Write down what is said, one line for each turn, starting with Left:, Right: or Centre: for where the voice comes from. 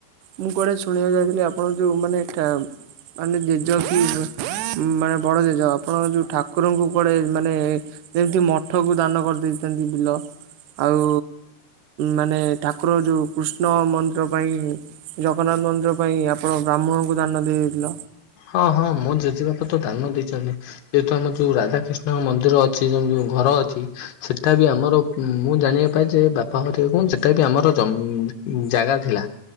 Right: ମୁଁ କୁଆଡ଼େ ଶୁଣିବାକୁ ଯାଇଥିଲି ଆପଣ ଯୋଉ ମାନେ ଏଟା <unintelligible> ମାନେ ବଡ଼ ଜେଜ ଆପଣଙ୍କ ଯୋଉ ଠାକୁରଙ୍କୁ କୁଆଡ଼େ ମାନେ ଏମିତି ମଠକୁ ଦାନ କରିଦେଇଚନ୍ତି ବିଲ ଆଉ ମାନେ ଠାକୁର ଯୋଉ କୃଷ୍ଣ ମନ୍ଦିର ପାଇଁ ଜଗନ୍ନାଥ ମନ୍ଦିର ପାଇଁ ଆପଣ ବ୍ରାହ୍ମଣଙ୍କୁ ଦାନ ଦେଇ ଦେଇଥିଲ।
Left: ହଁ ହଁ ମୋ ଜେଜେ ବାପା ତ ଦାନ ଦେଇଛନ୍ତି। ଯେହେତୁ ଆମର ଯୋଉ ରାଧାକୃିଷ୍ଣଙ୍କ ମନ୍ଦିର ଅଛି ଯୋଉ ଘର ଅଛି ସେଟା ବି ଆମର ମୁଁ ଜାଣିବା ପାଇଁ ଲି ଯେ ବାପା ଘର କଣ ସେଟା ବି ଆମର ଜମ୍ ଜାଗା ଥିଲା